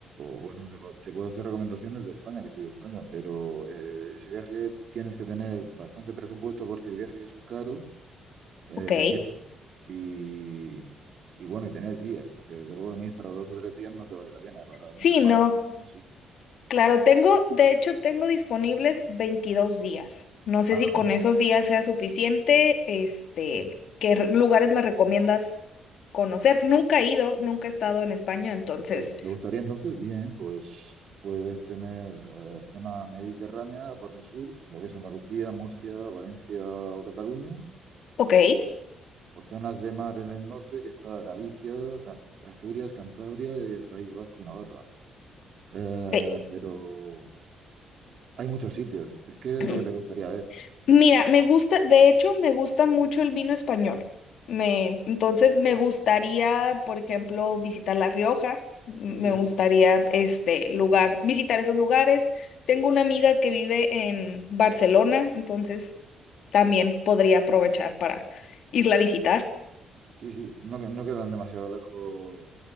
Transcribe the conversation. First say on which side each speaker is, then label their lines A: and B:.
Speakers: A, on the right (about 60°); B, on the left (about 70°).
A: bueno, te, pu- te puedo hacer recomendaciones de España, que soy de España, pero eh, ese viaje tienes que tener bastante presupuesto porque el viaje es caro eh,
B: Ok.
A: en el viaje y, y bueno, y tener días, porque desde luego venir para dos o tres días no te vale la pena, para una
B: Sí,
A: semana
B: no.
A: por lo menos sí.
B: Claro, tengo, de hecho, tengo disponibles 22 días. No sé
A: Ajá.
B: si con esos días sea suficiente. Este, ¿qué r- lugares me recomiendas conocer? Nunca he ido, nunca he estado en España, entonces.
A: ¿Te, te gustaría entonces? Bien, pues puedes tener eh, zona mediterránea por el sur, lo que es Andalucía, Murcia, Valencia o Cataluña.
B: Ok.
A: o zonas de mar en el norte, que está Galicia, Ca- Asturias, Cantabria y el País Vasco y Navarra. Eh,
B: ok.
A: pero hay muchos sitios. ¿Qué
B: <clears throat>
A: es lo que te gustaría ver?
B: Mira, me gusta, de hecho, me gusta mucho el vino español. Me, entonces me gustaría, por ejemplo, visitar La Rioja. Me
A: Sí,
B: gustaría
A: sí, sí.
B: este lugar, visitar esos lugares. Tengo una amiga que vive en Barcelona, entonces también podría aprovechar para irla a visitar.
A: Sí, sí. No, que- no quedan demasiado lejos